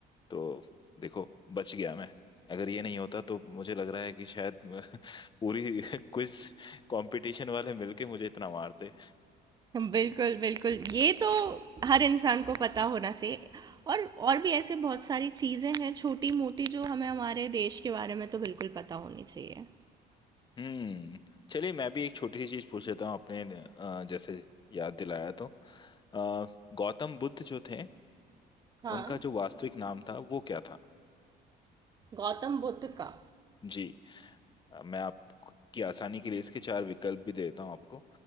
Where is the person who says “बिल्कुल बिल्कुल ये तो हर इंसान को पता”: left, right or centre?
Right